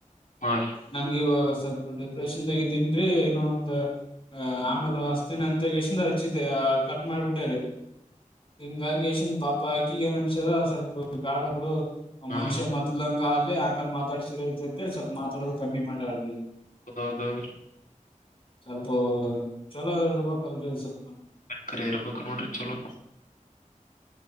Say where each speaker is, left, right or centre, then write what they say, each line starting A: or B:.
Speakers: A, on the left (about 80°); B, on the left (about 40°).
A: ಹ್ಮ
B: ನಂಗೆ ಸ್ವಲ್ಪ ಡಿಪ್ರೆಷನ್ದಾಗ ಇದ್ದೀನ್ರಿ ಏನೋ ಒಂದು ಆಮೇಲೆ ತ ಎ ಹಚ್ಚ ಕಟ್ ಮಾಡ್ಕೊಟ್ಟೇರಿ ಹಿಂಗಾಗಿ ಎನ್ ಪಾಪ ಕಿಗಏನ್ ಅನ್ಷದ ಸ್ವಲ್ಪ ಗಾಡ ಬಿಡು ಮನುಷ್ಯ
A: ಹಾ
B: ಮೊದ್ಲಂಗ ಅಲ್ಲ ಆಮೇಲೆ ಮಾತಾಡ್ಸರಂತೆ ಸ್ವಲ್ಪ ಮಾತಾಡೋದ ಕಮ್ಮಿ ಮಾಡಿಯಾಳರೀ ಆ
A: ಹೌದೌದೌದು
B: ಸ್ವಲ್ಪ ಚಲೋ ಇರ್ಬೇಕಲ್ರರಿ ಸ್ವಲ್ಪ
A: ಕರೆ ಇರ್ಬೇಕು ನೋಡ್ರಿ ಚಲೋ